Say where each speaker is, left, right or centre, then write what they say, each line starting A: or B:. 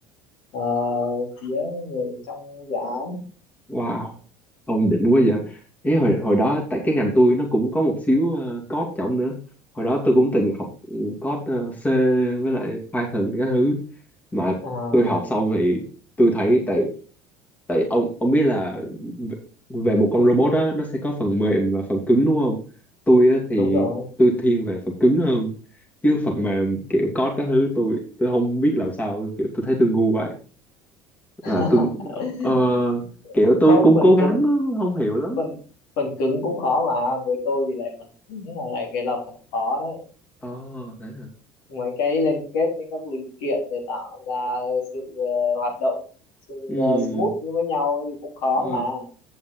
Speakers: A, on the left; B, on the left.
A: ờ, phía người trong dự án
B: wow ông đỉnh quá
A: ừ.
B: vậy ý hồi hồi đó tại cái ngành tôi nó cũng có một xíu ờ, code trọng nữa hồi đó tôi cũng từng học ừ, code ờ, C với lại Python các thứ mà
A: à,
B: tôi
A: thế
B: học
A: à?
B: xong thì tôi thấy tại tại ông ông biết là v- về một con robot đó nó sẽ có phần mềm và phần cứng đúng không tôi á, thì
A: đúng rồi
B: tôi thiên về phần cứng hơn chứ phần mềm kiểu code các thứ tôi tôi không biết làm sao kiểu tôi thấy tôi ngu
A: <laughs>
B: là tôi ờ, kiểu tôi
A: không
B: cũng
A: phần
B: cố gắng
A: cứng
B: lắm, không hiểu lắm
A: phần phần cứng cũng khó mà với tôi thì lại phần cứng là lại cái là phần khó đấy
B: Ồ, thế hả?
A: mấy cái liên kết với các linh kiện để tạo ra sự ờ, hoạt động sự,
B: ừ
A: ờ, smooth với nhau thì cũng khó
B: ừ
A: mà